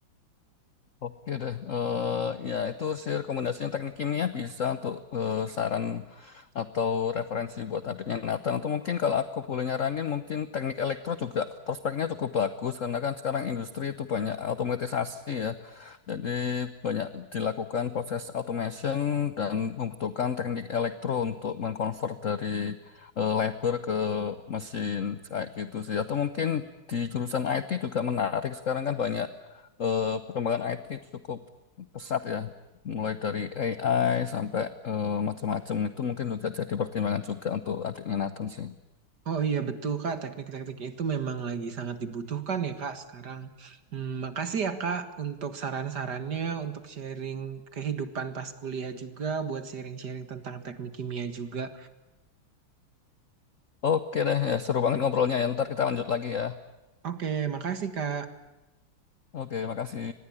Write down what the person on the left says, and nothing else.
Oke deh, Eh, ya itu sih rekomendasinya teknik kimia bisa untuk eh, saran atau referensi buat adiknya Nathan. Atau mungkin kalau aku boleh nyaranin mungkin teknik elektro juga prospeknya cukup bagus karena kan sekarang industri itu banyak otomatisasi ya. Jadi banyak dilakukan proses automation dan membutuhkan teknik elektro untuk mengkonvert dari eh, labor ke mesin kayak gitu sih. Atau mungkin di jurusan IT juga menarik. Sekarang kan banyak eh, perkembangan IT cukup pesat ya. Mulai dari AI sampai eh, macam-macam itu mungkin juga jadi pertimbangan juga untuk adiknya Nathan sih.
Oke deh, ya, seru banget ngobrolnya ya. Ntar kita lanjut lagi ya.
Oke, makasih.